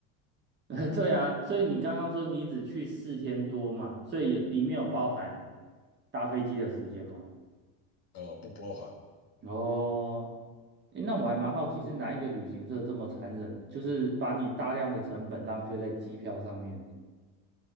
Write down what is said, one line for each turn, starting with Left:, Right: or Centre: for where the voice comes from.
Right: <laughs> 对啊，所以你刚刚说你只去四天多嘛，所以也里面有包含搭飞机的时间吗？
Left: 呃，不包含
Right: 哦，诶，那我还蛮好奇，是哪一个旅行社这么残忍，就是把你大量的成本浪费在机票上面？